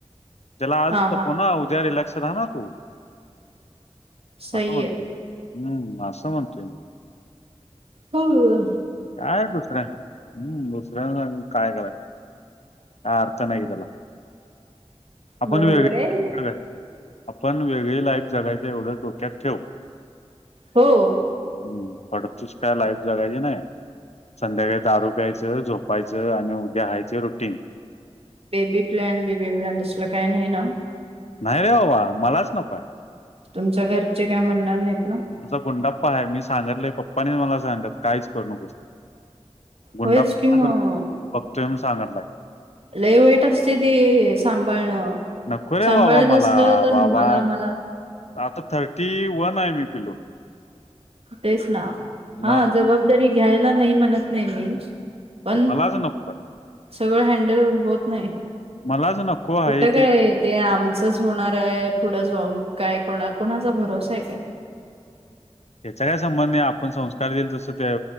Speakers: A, on the left (about 70°); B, on the right (about 60°).
A: ज्याला आज
B: हा
A: नकोना
B: हा
A: उद्या रिलॅक्स राहा ना तू
B: सही
A: असं म्हणतोय
B: आहे
A: हम्म असं म्हणतोय मी
B: हो अ
A: काय दुसरं हम्म दुसऱ्यां काय करायच काय अर्थ नाही त्याला आपण
B: बरोबर
A: वेगळी
B: आहे
A: <unintelligible> आपण वेगळी लाईफ जगायचं एवढं डोक्यात ठेव.
B: हो
A: हम्म फडतुस काय लाईफ जगायची नाय संध्याकाळी दारू प्यायचं झोपायचं आणि उद्या हायचय routine
B: baby plan baby plan तसलं काय नाही ना?
A: नाही रे बाबा मलाच नकोय
B: तुमच्या घरचे काय म्हणणार नाहीत ना?
A: तुमचा गुंडा्पा हाय मी सांगितलय पप्पाने मला सांगितलय काहीचं करू नकोस गुंडाप
B: होयच की मग
A: काय करतोय? बघतोय म्हणून सांगतलाय
B: लय वाईट असतय ती सांभाळणं
A: नको रे!
B: सांभाळायचं
A: बाबा, मला
B: असलं तर
A: बाबा
B: मला मला
A: आता थर्टी वन हाय मी पिलु
B: तेच ना हा
A: मग
B: जबाबदारी घ्यायला नाही म्हणत नाही मी पण
A: मलाच नकोय
B: सगळं हँडल होत नाय
A: मलाच नको
B: कुठं
A: आहे
B: काय ते आमचंच होणार आहे पुढं जाऊन काय कोणा कोणाचा भरोसाय काय?
A: याचा काय संबंध नाय आपण संस्कार देईल तसं ते